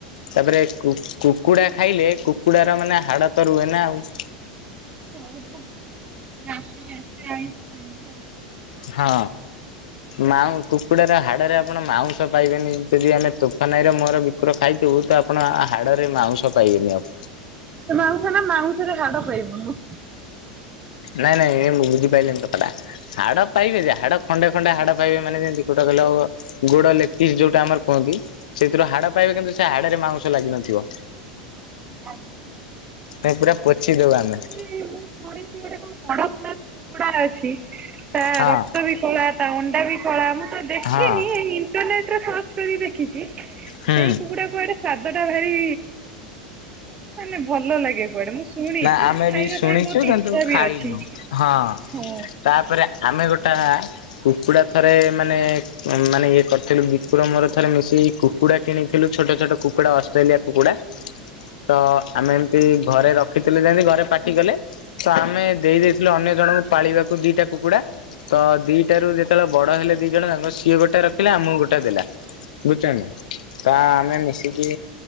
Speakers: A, on the left; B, on the right.
A: ତାପରେ କୁକ୍ କୁକୁଡା ଖାଇଲେ କୁକୁଡାର ମାନେ ହାଡ ତ ରୁହେ ନା ଆଉ।
B: <unintelligible>
A: ହଁ। ମାଉ କୁକୁଡାର ହାଡରେ ଆପଣ ମାଉଁସ ପାଇବେନି। ଯଦି ଆମେ ତୋଫାନ ଭାଇର ମୋର ବିକୁର ଖାଇଥିବୁ, ତ ଆପଣ ହାଡ଼ ରେ ମାଉଁସ ପାଇବେନି ଆଉ।
B: ମାଉଁସ ନା ମାଉଁସରେ ହାଡ ପାଇବୁନୁ।
A: ନାଇଁ ନାଇଁ ଏ ମୁଁ ବୁଝି ପାଇଲେଣି କଥାଟା। ହାଡ ପାଇବେ ଯେ ହାଡ ଖଣ୍ଡେ ଖଣ୍ଡେ ହାଡ ପାଇବେ ମାନେ ଯେମିତି କୋଉଟା କହିଲ। ଗୋଡ ଲେଗ୍ ଫିସ୍ ଯୋଉଟା ଆମର କୁହନ୍ତି। ସେଥିରୁ ହାଡ଼ ପାଇବେ କିନ୍ତୁ ସେ ହାଡ ରେ ମାଉସ ଲାଗିିନଥିବ।
B: ଆଜ୍ଞା।
A: ନାଇ ପୁରା ପୋଛିଦୋଉ ଆମେ।
B: ମୁଁ ଶୁଣିଛି ଗୋଟେ କଣ କଡ଼କନାଥ କୁକୁଡା ଅଛି। ତା
A: ହଁ
B: ରକ୍ତ ବି କଳା, ତା ଅଣ୍ଡା ବି କଳା। ମୁଁ ତ ଦେଖିନି
A: ହଁ
B: ଇଣ୍ଟରନେଟ୍ ରେ ସର୍ଚ୍ଚ କରି ଦେଖିଛି। ସେଇ
A: ହଁ
B: କୁକୁଡାକୁ କୁଆଡେ ସ୍ଵାଦ ଟା ଭାରି ମାନେ ଭଲ ଲାଗେ କୁଆଡେ ମୁଁ ଶୁଣଛି
A: ନା ଆମେ
B: ଖାଇବା
A: ବି ଶୁଣିଛୁ
B: ପାଇଁ ବହୁତ
A: କିନ୍ତୁ
B: ଇଚ୍ଛା ବି
A: ଖାଇନୁ
B: ଅଛି।
A: ହଁ।
B: ଓ
A: ତାପରେ ଆମେ ଗୋଟା କୁକୁଡ଼ା ଥରେ ମାନେ ମାନେ ଇଏ କରିଥିଲୁ। ବିକୁର ମୋର ଥରେ ମିଶିକି କୁକୁଡ଼ା କିଣିଥିଲୁ ଛୋଟ ଛୋଟ କୁକୁଡ଼ା ଅଷ୍ଟ୍ରେଲିଆ କୁକୁଡ଼ା ତ ଆମେ ଏମତି ଘରେ ରଖିଥିଲୁ ଯେମିତି ଘରେ ପାଟି କଲେ ତ ଆମେ ଦେଇ ଦେଇଥିଲୁ ଅନ୍ୟ ଜଣଙ୍କୁ ପାଳିବାକୁ ଦିଟା କୁକୁଡା। ତ ଦିଟାରୁ ଯେତେବେଳେ ବଡ ହେଲେ ଦି ଜଣ ତାଙ୍କ ସିଏ ଗୋଟେ ରଖିଲେ ଆମକୁ ଗୋଟେ ଦେଲା। ବୁଝୁଚ ନା ତା ଆମେ ମିଶିକି